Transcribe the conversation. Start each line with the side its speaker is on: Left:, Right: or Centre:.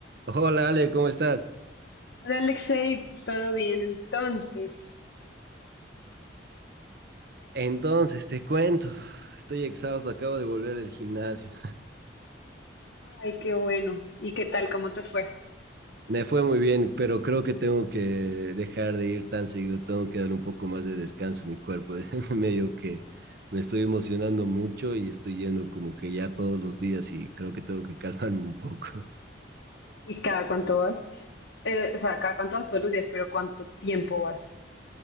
Right: Hola Ale, ¿cómo estás?
Left: Hola Alexei, ¿todo bien entonces?
Right: Entonces, te cuento, estoy exhausto, acabo de volver del gimnasio.
Left: Ay, qué bueno. ¿Y qué tal? ¿Cómo te fue?
Right: Me fue muy bien, pero creo que tengo que dejar de ir tan seguido, tengo que dar un poco más de descanso a mi cuerpo. <laughs> Medio que me estoy emocionando mucho y estoy yendo como que ya todos los días y creo que tengo que calmarme un poco.
Left: ¿Y cada cuánto vas? Eh, o sea, cada cuánto vas todos los días, pero ¿cuánto tiempo vas?